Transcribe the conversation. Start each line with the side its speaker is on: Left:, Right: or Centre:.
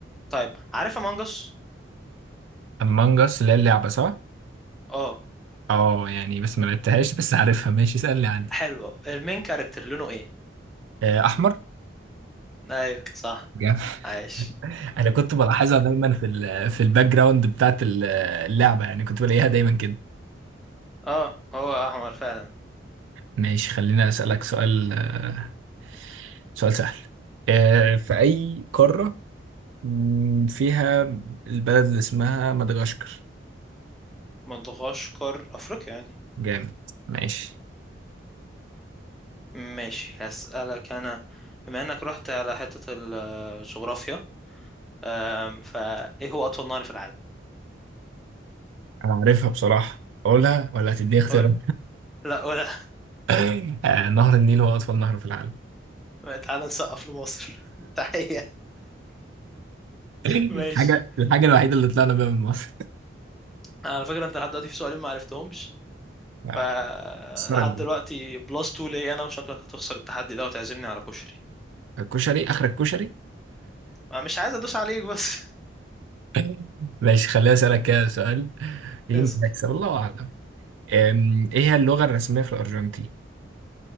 Centre: طيب عارف امong اس
Right: امong us اللي هي اللعبه صح؟
Centre: اه
Right: اه يعني بس ما لعبتهاش بس عارفها ماشي اسالني عندي
Centre: حلو المين كاركتر لونه ايه
Right: آه، احمر
Centre: ايوه صح
Right: جامد.
Centre: عايش
Right: <laughs> انا كنت بلاحظها دايما في ال في الباك جراوند بتاعت ال- اللعبه يعني كنت بلاقيها دايما كده
Centre: اه هو احمر فعلا
Right: ماشي خلينا اسالك سؤال آه، سؤال سهل آه، في اي قاره مم، فيها البلد اللي اسمها مدغشقر
Centre: مدغشقر افريقيا يعني
Right: جامد ماشي
Centre: ماشي هسألك انا بما انك رحت على حتة الجغرافيا أم، فايه هو اطول نهر في العالم
Right: انا عارفها بصراحه اقولها ولا هتديني اختيارات
Centre: قول لا قول
Right: <laughs> آه، نهر النيل هو اطول نهر في العالم
Centre: تعال نسقف لمصر <laughs> تحية
Right: <laughs> الحاجة
Centre: ماشي
Right: الحاجة الوحيدة اللي طلعنا بيها من مصر
Centre: على فكرة انت لحد دلوقتي في سؤالين ما عرفتهمش
Right: <laughs>
Centre: فلحد
Right: أثرت
Centre: دلوقتي
Right: بقى.
Centre: بلس 2 ليا انا وشكلك هتخسر التحدي ده وتعزمني على كشري
Right: الكشري آخر الكشري
Centre: انا مش عايز ادوس عليك بس <laughs>
Right: <laughs> ماشي خليني أسألك كده سؤال يمكن
Centre: اسأل
Right: أكسب الله أعلم أم، إيه هي اللغة الرسمية في الأرجنتين؟